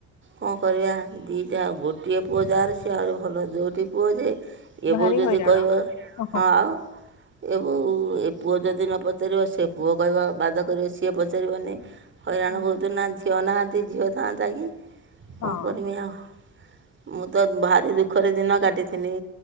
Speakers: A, on the right; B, on the left.
A: କଁ କରିବା ଦିଟା ଆଉ ଗୋଟିଏ ପୁଅ ଯାହାର ସିଏ ଆହୁରି ଭଲ ଦୋଟି ପୁଅ ଯେ ଇଏ
B: ଭାରି
A: ବୋହୂ ଯଦି
B: ହଇରାଣ।
A: କହିବ
B: ଓହୋ।
A: ହଁ ଆଉ। ଏ ବୋହୂ ଏ ପୁଅ ଯଦି ନପଚାରିବ ସେ ପୁଅ କହିବ ବାଦ କରିବେ ସିଏ ପଚାରିବନି। ହଇରାଣ
B: ହୁଁ
A: ବୋହୁତ ନା ଝିଅ ନାହାନ୍ତି ଝିଅ ଥାଆନ୍ତା କି
B: ହଁ
A: କଁ କରମି ଆଉ। ମୁଁ ତ ଭାରି ଦୁଃଖରେ ଦିନ କାଟିଥିନି।